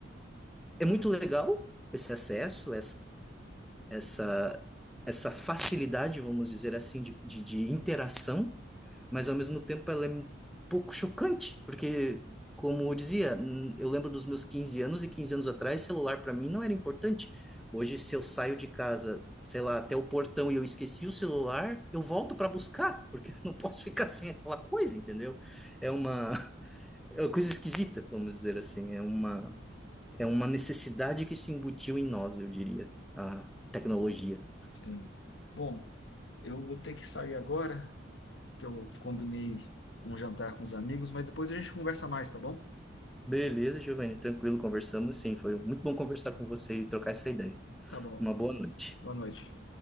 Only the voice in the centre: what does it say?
é muito legal, esse acesso, essa, essa facilidade, vamos dizer assim, de, de, de interação, mas ao mesmo tempo ela é um pouco chocante, porque, como eu dizia, hum, eu lembro dos meus 15 anos e 15 anos atrás, celular para mim não era importante. Hoje, se eu saio de casa, sei lá, até o portão e eu esqueci o celular, eu volto para buscar, porque <laughs> eu não posso ficar sem aquela coisa, entendeu? É uma, é uma coisa esquisita, vamos dizer assim. É uma, é uma necessidade que se embutiu em nós, eu diria, a tecnologia.
Beleza, Giovanni, tranquilo, conversamos sim. Foi muito bom conversar com você e trocar essa ideia.
Uma boa noite.